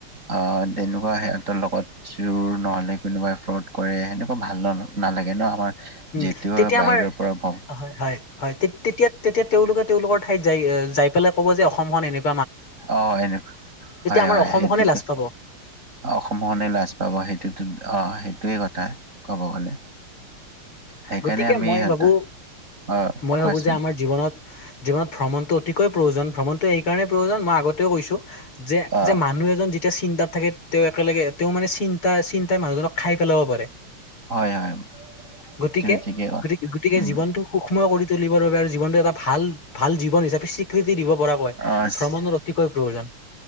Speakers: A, on the right; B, on the left.
A: অ তেনেকুৱা সিহঁতৰ লগত জোৰ নহলে কোনোবাই ফ্ৰড কৰে, সেনেকুৱা ভাল ন নালাগে ন আমাৰ।
B: উম
A: যিহেতু
B: তেতিয়া
A: বাহিৰৰ
B: আমাৰ,
A: পৰা ভ
B: হয়-হয়-হয় তেতিয়া তেতিয়া তেওঁলোকে তেওঁলোকৰ ঠাইত যাই যাই পেলাই ক'ব যে অসমখন এনেকু
A: অ, এনে, হয়-হয়
B: আমাৰ অসমখনে
A: সেইটোতো
B: লাজ পাব
A: অসমখনে লাজ পাব সেইটোটো, অ সেইটোৱে কথা ক'ব গ'লে। সেইকাৰণে
B: গতিকে
A: আমি
B: মই
A: সিহঁতৰ
B: ভাবো,
A: অ
B: মই
A: কোৱাচোন
B: ভাবো যে আমাৰ জীৱনত জীৱনত ভ্ৰমণটো অতিকৈ প্ৰয়োজন। ভ্ৰমণটো এই কাৰণেই প্ৰয়োজন মই আগত কৈছো
A: অ
B: যে মানুহ এজন যি যেতিয়া চিন্তাত থাকে তেওঁ একেলগে তেওঁ মানে চিন্তা চিন্তাই মানুহজনক খাই পেলাব পাৰে।
A: হয়, হয়।
B: গতিকে
A: তুমি ঠিকেই ক'লা
B: গে গতিকে
A: উম
B: জীৱনটো সুক্ষ্ম কৰি তুলিবৰ বাবে আৰু জীৱনটো এটা ভাল, ভাল জীৱন হিচাপে স্বীকৃতি দিব পৰাকৈ
A: অ
B: ভ্ৰমণৰ অতিকৈ প্ৰয়োজন।